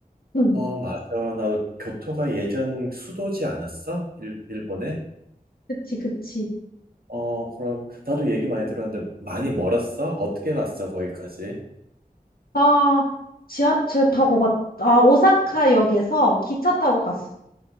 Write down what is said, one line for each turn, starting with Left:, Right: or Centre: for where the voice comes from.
Left: 응,
Right: 어, 맞아. 나도 교토가 예전 수도지 않았어? 일, 일본에?
Left: 그치, 그치.
Right: 어, 그럼, 나도 얘기 많이 들었는데, 많이 멀었어? 어떻게 갔어, 거기까지?
Left: 아, 지하철 타고 갔, 아, 오사카역에서 기차 타고 갔어.